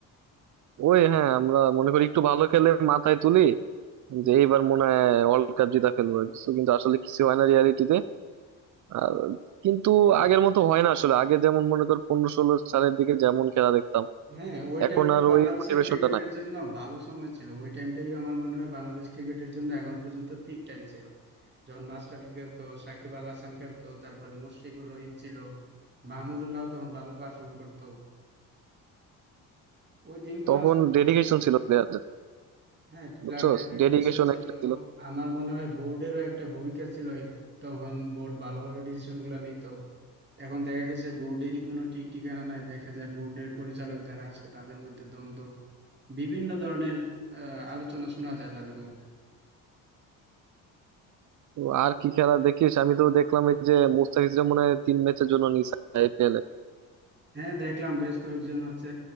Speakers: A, on the right; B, on the right.
A: ওই হ্যাঁ আমরা মনে করি একটু ভালো খেলে মাথায় তুলি যে এইবার মনে হয় ওয়ার্ল্ড কাপ জিতা ফেলবো কিছু কিন্তু আসলে কিছু হয় না রিয়ালিটিতে আর কিন্তু
B: হ্যাঁ
A: আগের মতো হয় না আসলে আগে যেমন মনে কর পনেরো ষোলো সালের দিকে যেমন খেলা দেখতাম
B: হ্যাঁ, ওই
A: এখন
B: টাইমটা
A: আর
B: বাংলাদেশের
A: ওই মোটিভেশনটা
B: ক্রিকেটের
A: নাই
B: জন্য ভালো সময় ছিল ওই টাইমটাই আমার মনে হয় বাংলাদেশ ক্রিকেটের জন্য এখন পর্যন্ত পিক টাইম ছিল যখন মাশরাফি খেলতো সাকিব আল হাসান খেলতো তারপরে মুশফিকুর রহিম ছিল মাহমুদুল্লাহ তখন ভালো পারফর্ম করতো ওই দিনগুলো
A: তখন
B: আসলে
A: ডেডিকেশন
B: ভালোই ছিল
A: ছিল প্লেয়ারদের
B: হ্যাঁ প্লেয়ারদের
A: বুঝছো
B: ডেডিকেশন
A: ডেডিকেশন
B: ছিল
A: একটা ছিল
B: আমার মনে হয় বোর্ডেরও একটা ভূমিকা ছিল এই- তখন বোর্ড ভালোভাবে ডিসিশন গুলো নিত এখন দেখা গেছে বোর্ডেরই কোনো ঠিক ঠিকানা নাই দেখা যায় বোর্ডের পরিচালক যারা আছে তাদের মধ্যে দ্বন্দ্ব বিভিন্ন ধরনের আহ, আলোচনা শোনা যায় তাদের মধ্যে
A: তো আর কি খেলা দেখিস আমি তো দেখলাম এই যে মুস্তাফিজরা মনে হয় তিন ম্যাচের জন্য নিছে আইপিএল এ
B: হ্যাঁ দেখলাম বেশ কয়েকজন হচ্ছে